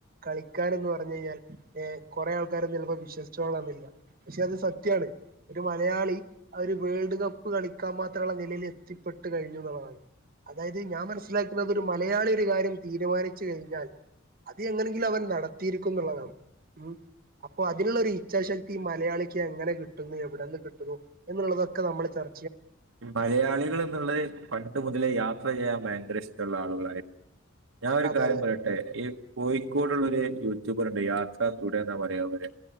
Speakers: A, on the right; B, on the right.
A: കളിക്കാനെന്ന് പറഞ്ഞു കഴിഞ്ഞാൽ ഏ കൊറേ ആൾക്കാര് ചിലപ്പോ വിശ്വസി ച്ചോളണംന്നില്ല പക്ഷെ അത് സത്യാണ് ഒരു മലയാളി അവര് വേൾഡ് കപ്പ് കളിക്കാൻ മാത്രമുള്ള നിലയിലെത്തിപ്പെട്ടു കഴിഞ്ഞു എന്നുള്ളതാണ് അതായത് ഞാൻ മനസ്സിലാക്കുന്നത് ഒരു മലയാളി ഒരു കാര്യം തീരുമാനിച്ചു കഴിഞ്ഞാൽ അത് എങ്ങനെങ്കിലും അവർ നടത്തിയിരിക്കും എന്നുള്ളതാണ് ഉം അപ്പോ അതിനുള്ളൊരു ഇച്ചാശക്തി ഈ മലയാളിക്ക് എങ്ങനെ കിട്ടുന്നു എവിടെന്ന് കിട്ടുന്നു എന്നുള്ളതൊക്കെ നമ്മൾ ചർ
B: മലയാളികൾ എന്നുള്ളത് പണ്ട് മുതലേ യാത്ര ചെയ്യാൻ ഭയങ്കര ഇഷ്ടമുള്ള ആളുകളായിരുന്നു ഞാനൊരു
A: അതെ
B: കാര്യം
A: അതെ
B: പറയട്ടെ ഈ കോഴിക്കോടുള്ളൊരു യൂട്യുബറ്ണ്ട് യാത്ര റ്റുടെ എന്നാ പറയാ അവരെ